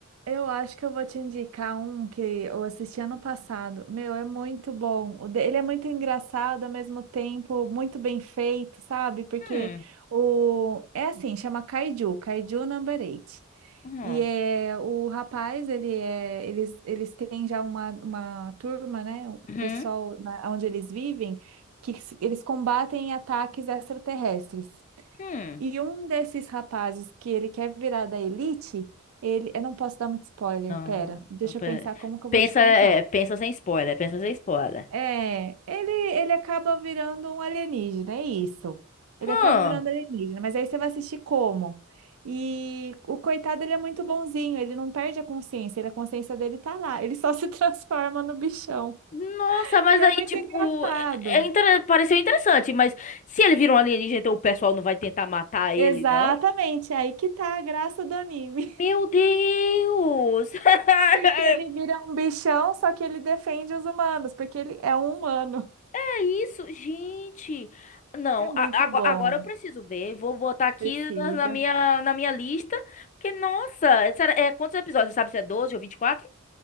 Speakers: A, on the right; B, on the left.
A: Eu acho que eu vou te indicar um que eu assisti ano passado. Meu, é muito bom. O de- Ele é muito engraçado, ao mesmo tempo, muito bem feito, sabe? Porque
B: Hum,
A: o... é assim, chama Kaiju, Kaiju Number 8.
B: hum,
A: E é... o rapaz, ele é... eles, eles têm já uma, uma turma, né? O
B: hum,
A: pessoal na... onde eles vivem, que s- eles combatem ataques extraterrestres.
B: hum.
A: E um desses rapazes que ele quer virar da elite, ele, eu não posso dar muito spoiler,
B: Não,
A: pera, deixa
B: não, pe-
A: eu pensar como que eu
B: pensa,
A: vou te contar.
B: é, pensa sem spoiler, pensa sem spoiler.
A: É, ele, ele acaba virando um alienígena, é isso.
B: Hum,
A: Ele acaba virando alienígena, mas aí você vai assistir como? E o coitado, ele é muito bonzinho, ele não perde a consciência, ele- a consciência dele tá lá, ele só se <laughs> transforma no bichão.
B: nossa, mas
A: E é
B: aí,
A: muito
B: tipo,
A: engraçado.
B: é, é inter- pareceu interessante, mas se ele vira um alienígena, então o pessoal não vai tentar matar ele,
A: Exatamente,
B: não?
A: aí que tá a graça do anime.
B: Meu Deus! <laughs>
A: Porque ele vira um bichão, só que ele defende os humanos, porque ele é um humano.
B: É isso, gente! Não,
A: É muito
B: a- ago-
A: bom.
B: agora eu preciso ver. Vou botar aqui
A: Precisa.
B: na na minha, na minha lista. Porque, nossa, será- é, quantos episódios? Você sabe se é 12 ou vinte e quatro